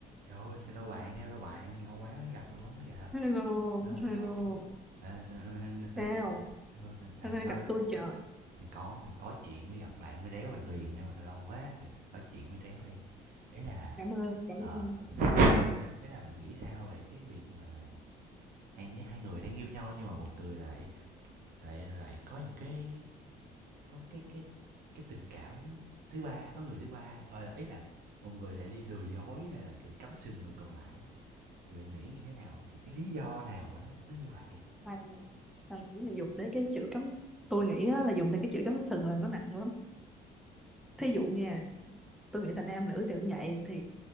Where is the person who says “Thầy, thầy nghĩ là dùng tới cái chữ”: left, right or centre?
Centre